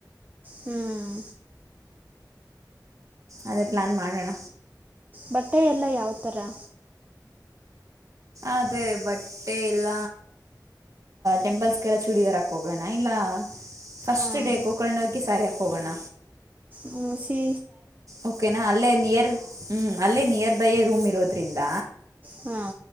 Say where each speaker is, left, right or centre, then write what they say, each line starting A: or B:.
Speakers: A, on the right; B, on the right.
A: ಹ್ಮ್
B: ಅದೇ ಪ್ಲಾನ್ ಮಾಡಾಣ
A: ಬಟ್ಟೆ ಎಲ್ಲ ಯಾವತರನಾ
B: ಅದೇ ಬಟ್ಟೆ ಎಲ್ಲ ಟೆಂಪಲ್ಸ್ಗೆಲ್ಲ ಚೂಡಿದಾರಕೋಗೋಣ ಇಲ್ಲ ಫಸ್ಟ್
A: ಹಾಂ
B: ಡೇ ಕೋಕರ್ಣದಕ್ಕೆ ಸ್ಯಾರಿ ಹಾಕೋಗೋಣ
A: ಹ್ಮ ಶಿ
B: ಓಕೆನಾ ಅಲ್ಲ ನಿಯರ್ ಹ್ಮ್ ಅಲ್ಲೇ ನಿಯರ್ ಬೈೇ ರೂಮ್ ಇರೋದ್ರಿಂದ
A: ಹ್ಮ